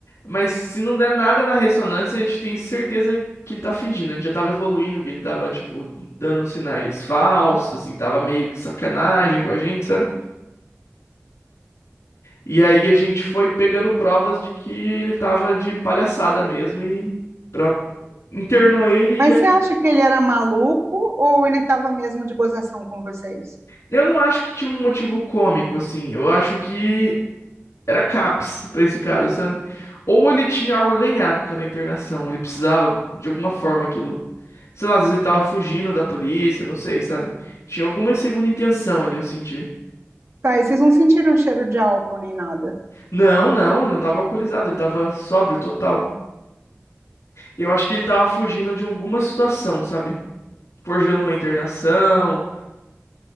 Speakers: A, on the left; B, on the right.
A: mas se não der nada na ressonância, a gente tem certeza que ele tá fingindo. A gente já tava evoluindo, que ele tava, tipo, dando sinais falsos, assim, tava meio que sacanagem com a gente, sabe? E aí a gente foi pegando provas de que ele tava de palhaçada mesmo e pra... internou ele.
B: Mas
A: E...
B: você acha que ele era maluco ou ele estava mesmo de gozação com vocês?
A: Eu não acho que tinha um motivo cômico, assim. Eu acho que Era CAPS pra esse caso, sabe? Ou ele tinha algo a ganhar com aquela internação, ele precisava de alguma forma aquilo. Sei lá, às vezes ele tava fugindo da polícia, não sei, sabe? Tinha alguma segunda intenção ali, eu senti.
B: Tá, e vocês não sentiram cheiro de álcool nem nada?
A: Não, não, ele não tava alcoolizado, ele tava sóbrio total. Eu acho que ele tava fugindo de alguma situação, sabe? Forjando uma internação,